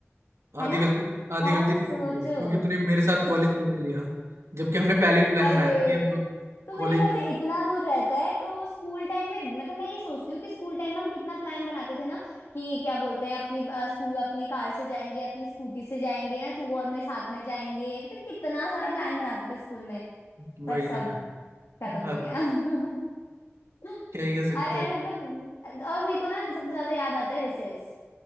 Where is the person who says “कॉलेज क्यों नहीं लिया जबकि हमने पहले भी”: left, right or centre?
Right